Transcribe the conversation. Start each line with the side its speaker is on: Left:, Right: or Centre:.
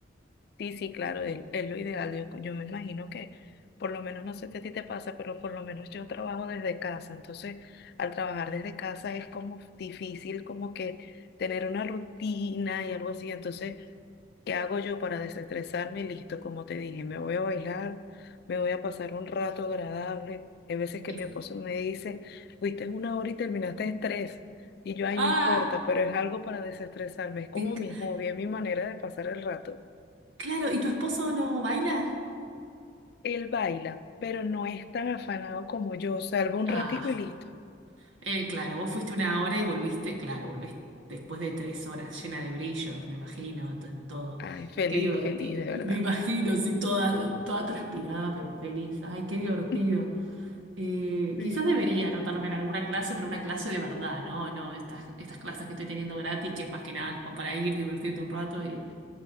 Left: Sí, sí, claro, es, es lo ideal. Yo, yo me imagino que, por lo menos, no sé si a ti te pasa, pero por lo menos yo trabajo desde casa. Entonces, al trabajar desde casa es como difícil como que tener una rutina y algo así. Entonces, ¿qué hago yo para desestresarme? Listo, como te dije, me voy a bailar, me voy a pasar un rato agradable. Hay veces que
Right: Eh,
Left: mi esposo me dice, fuiste una hora y terminaste en tres. Y yo, ay,
Right: Ah,
Left: no importa, pero es algo para desestresarme. Es como
Right: te enca-
Left: mi hobby, es mi manera de pasar el rato.
Right: claro, ¿y tu esposo no baila?
Left: Él baila, pero no es tan afanado como yo. Salvo un
Right: Ah.
Left: ratico y listo.
Right: Eh, claro, vos fuiste una hora y volviste, claro, volvés después de tres horas, llena de brillos, me imagino, to- todo.
Left: Ay, feliz,
Right: Qué divertido,
Left: feliz, de verdad.
Right: me imagino, sí, toda, toda transpirada, pero feliz. Ay, qué divertido.
Left: <laughs>
Right: Eh,
Left: Sí,
Right: quizás debería anotarme en alguna clase, pero una clase de verdad, ¿no? No, estas, estas clases que estoy teniendo gratis, que es más que nada como para ir, divertirte un rato y,